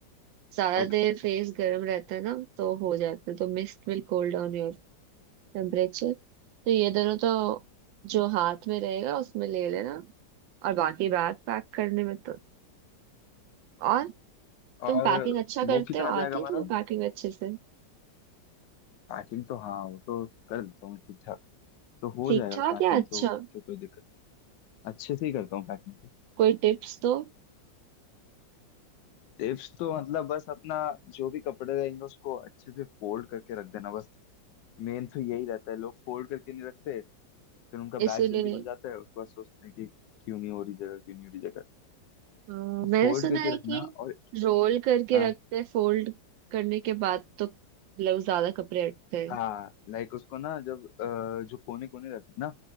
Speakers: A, on the right; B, on the left.
A: ज्यादा
B: ओके
A: देर फेस गर्म रहता है ना तो हो जाता है तो mist will cool down your temperature तो ये दोनों तो जो हाथ में रहेगा उसमें ले लेना और बाकी बैग पैक करने में तो और
B: और
A: तुम पैकिंग अच्छा करते
B: वो कितना
A: हो
B: जाएगा
A: आती
B: हमारा
A: है तुम्हें पैकिंग अच्छे से
B: पैकिंग तो हाँ वो तो कर देता हूँ ठीक ठाक तो हो
A: ठीक
B: जाएगा
A: ठाक
B: पैकिंग
A: या अच्छा
B: तो तो कोई दिक्कत अच्छे से ही करता हूँ पैकिंग तो
A: कोई टिप्स दो
B: टिप्स तो मतलब बस अपना जो भी कपड़े रहेंगे उसको अच्छे से फोल्ड करके रख देना बस मेन तो यही रहता है लोग फोल्ड करके नहीं रखते फिर उनका
A: इसीलिए
B: बैग जल्दी भर जाता है उसके बाद सोचते हैं कि क्यों नहीं हो रही जगह क्यों नहीं हो रही जगह
A: अ,
B: तो फोल्ड
A: मैंने सुना
B: करके
A: है
B: रखना
A: कि
B: और
A: रोल करके
B: हाँ,
A: रखते हैं फोल्ड करने के बाद तो मतलब ज्यादा कपड़े हटते हैं
B: हाँ लाइक उसको ना जब अ, जो कोने कोने रहते हैं ना